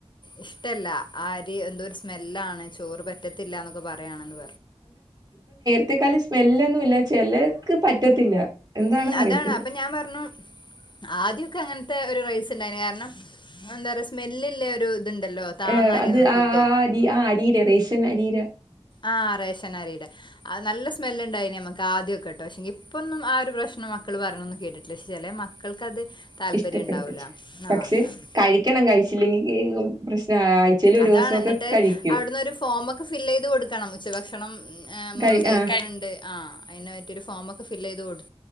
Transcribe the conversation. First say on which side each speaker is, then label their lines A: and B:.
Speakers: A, on the left; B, on the right.
A: ഇഷ്ടല്ല ആരി എന്തോ ഒരു സ്മെല്ലാണ്. ചോറ് പറ്റത്തില്ല. എന്നൊക്കെ പറയാണെന്ന് പറഞ്ഞു.
B: ഇത്തെക്കാല് സ്മെല്ലൊന്നും ഇല്ല ചിലർക്ക് പറ്റത്തില്ല. എന്താണെന്ന്
A: ഉ അതാണ്
B: അറിയത്തില്ല
A: അപ്പൊ ഞാൻ പറഞ്ഞു. ആദ്യം ക്ക് അങ്ങനത്തെ ഒരു റൈസ് ഉണ്ടായിരുന്നു. കാരണം എന്താ പറ സ്മെല്ല് ല്ലേ ഒരു ഇതുണ്ടല്ലോ താന്ന
B: ഏ
A: അരി
B: അത്
A: നോക്കിയിട്ട്
B: ആ ആ അരി ആ അരിയില റേഷ്യൻ അരിയിലെ
A: ആ റേശനാരിടെ നല്ല സ്മെല്ല് ഉണ്ടായിന് നമ്മക്ക്. ആദ്യമൊക്കെട്ടോ? ഇപ്പോന്നും ആ ഒരു പ്രശ്നം മക്കൾ പറയ്ണൊന്നും കേട്ടിടില്ല. ക്ഷേ ചില മക്കൾക്കത്. താല്പര്യം
B: ഇഷ്ടപ്പെടുത്ത്
A: ഉണ്ടാവൂല
B: പക്ഷെ
A: ആഹ് അതാണ്
B: കഴിക്കണം. കഴിച്ചില്ലെങ്കി <unintelligible> പ്രശ്ന- ആഴ്ചേൽ ഒരു
A: അതാണ്
B: ദിവസക്കെ
A: എന്നിട്ട്
B: കഴിക്കും.
A: അവിടുന്നൊരു ഫോമൊക്കെ ഫില്ല് എയ്ത് കൊടുക്കണം. ഉച്ചഭക്ഷണം എ മോള്
B: കഴി
A: കഴിക്കണ്
B: ആഹ്
A: ണ്ട്. ആ അയ്ന് പറ്റിഒരു ഫോമക് ഫില്ല്യ്ത് കൊടു